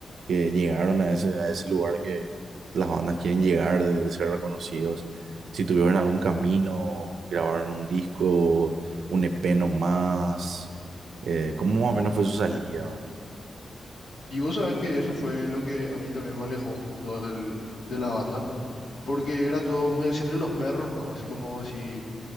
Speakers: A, on the right; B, on the left.
A: que llegaron a ese, a ese lugar que las bandas quieren llegar, de, de ser reconocidos, si tuvieron algún camino, grabaron un disco, un EP nomás, eh, ¿cómo más o menos fue su salida, verdad?
B: Y vos sabés que eso fue lo que a mí también me alejó un punto del, de la banda. Porque era todo muy así entre los perros, más. Así como si